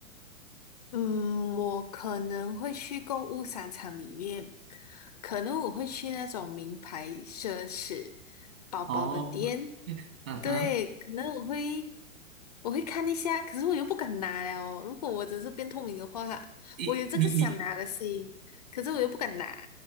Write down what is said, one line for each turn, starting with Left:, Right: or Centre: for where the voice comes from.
Left: 嗯，我可能会去购物商场里面，可能我会去那种名牌奢侈包包的店，
Right: 哦，<laughs> 啊哈，
Left: 对，可能我会我会看一下，可是我又不敢拿了哦。如果我只是变透明的话，
Right: <laughs> 你你你
Left: 我有这个想拿的心，可是我又不敢拿。